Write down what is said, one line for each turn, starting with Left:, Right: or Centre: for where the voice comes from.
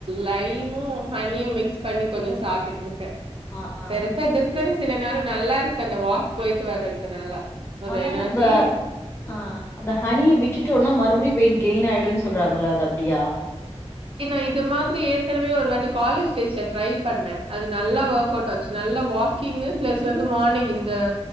Right: லைமு ஹனியு மிக்ஸ் பண்ணி கொஞ்சோ சாப்ட்டுட் இருக்க
Left: ஆ ஆ
Right: பெருசா டிஃப்ரென்ஸ் இல்லனாலு நல்லா இருக்கு அந்த வாக் போய்ட்டு வர்றதுனால ஒரு
Left: ஆனா
Right: எனர்ஜி
Left: நம்ப ஆ அந்த ஹனிய விட்டுடோனா மறுபடி வெயிட் கெயின் ஆய்டுன் சொல்றாங்கல்ல அது அப்டியா
Right: கின் நா இது மாதிரி ஏற்கனவே ஒரு வாட்டி காலேஜ் டேஸ்ல ட்ரை பண்ண. அது நல்லா
Left: ம்
Right: வோர்க் அவுட் ஆச்சு. நல்லா வாக்கிங்கு ப்ளஸ் வந்து மார்னிங் இந்த